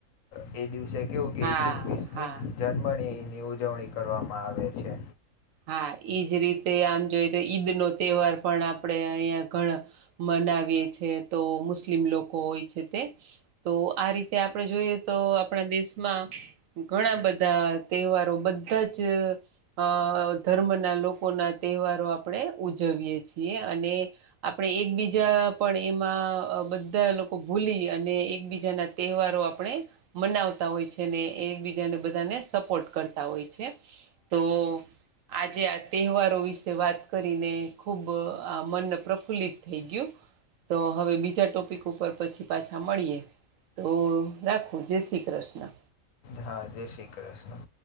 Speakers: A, on the left; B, on the right.
A: એ દિવસે કેવું કે
B: હા
A: ઈસુ ખ્રિસ્તની
B: હા
A: જન્મ ણી ની ઉજવણી કરવામાં આવે છે.
B: હા એઈજ રીતે આમ જોઈએ તો ઈદ નો તહેવાર પણ આપણે અહિયાં ઘણા - મનાવીએ છે, તો મુસ્લિમ લોકો હોય છે તે- તો આ રીતે આપણે જોઈએ, તો આપણા દેશમાં- ઘણા બધા તહેવારો બધા જ અ- ધર્મના લોકોના તહેવારો આપણે ઉજવીએ છીએ, અને આપણે એકબીજા પણ એમાં બધા લોકો ભૂલી અને એકબીજાના તહેવારો આપણે મનાવતા હોય છે, ને એકબીજાને બધાને સપોર્ટ કરતા હોય છે, તો આજે આ તહેવારો વિશે વાત કરીને ખૂબ આ મન પ્રફુલ્લિત થઈ ગયું, તો હવે બીજા ટોપિક ઉપર પછી પાછા મળીએ. તો રાખું જય શ્રી કૃષ્ણ.
A: હા, જય શ્રી કૃષ્ણ.